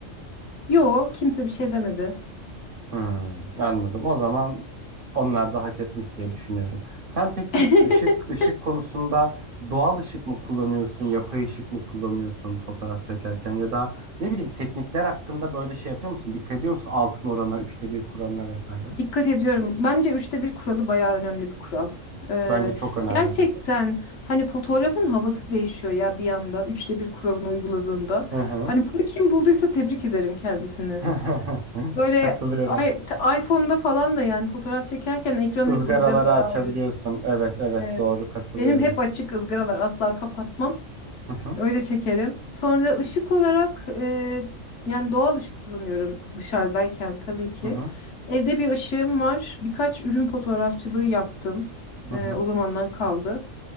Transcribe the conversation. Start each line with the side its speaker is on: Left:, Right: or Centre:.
Left: Yo, kimse bir şey demedi.
Right: Hmm, anladım. O zaman onlar da hak etmiş diye düşünüyorum. Sen peki
Left: <laughs>
Right: ışık ışık konusunda doğal ışık mı kullanıyorsun, yapay ışık mı kullanıyorsun fotoğraf çekerken ya da ne bileyim teknikler hakkında böyle şey yapıyor musun? Dikkat ediyor musun altın orana, üçte bir kuralına vesaire?
Left: Dikkat ediyorum. Bence üçte bir kuralı bayağı önemli bir kural. Ee,
Right: Bence çok önemli
Left: gerçekten
Right: bu konu.
Left: hani fotoğrafın havası değişiyor ya bir anda üçte bir kuralını uyguladığında.
Right: Hı hı.
Left: Hani bunu kim bulduysa tebrik ederim kendisini.
Right: <laughs>
Left: Böyle
Right: Katılıyorum.
Left: i- iPhone'da falan da yani fotoğraf çekerken ekran
Right: Izgaraları
Left: hep ızgaralara
Right: açabiliyorsun.
Left: ayrı.
Right: Evet evet
Left: Evet.
Right: doğru katılıyorum.
Left: Benim hep açık ızgaralar asla kapatmam.
Right: Hı hı
Left: Öyle çekerim. Sonra ışık olarak e, yani doğal ışık kullanıyorum dışarıdayken tabii ki.
Right: hı hı
Left: Evde bir ışığım var. Birkaç ürün fotoğrafçılığı yaptım.
Right: hı
Left: E,
Right: hı.
Left: o zamandan kaldı.